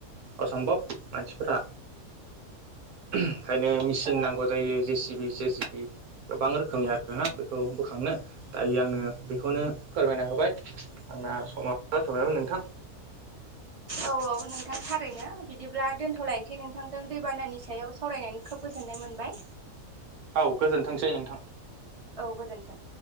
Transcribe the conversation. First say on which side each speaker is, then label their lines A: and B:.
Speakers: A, on the right; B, on the right.
A: असम्भब मानसिफोरा ओंखायनो मिसिन
B: औ
A: नांगौ जायो जेसि बि जेसिबि गोबां रोखोमनि आरोना बेखौ बोखांनो दायो आङो बेखौनो फोरमाय ना होबाय आंना समा जाथ'बायमोन नोंथां
B: औ औ नोंथां थारैनो बिदिब्ला दोनथ'लायनोसै नोंथांजों दैबानानि सायाव सावरायनानै खोब गोजोन नाय मोनबाय
A: औ गोजोनथोंसै नोंथां
B: औ गोजोनथों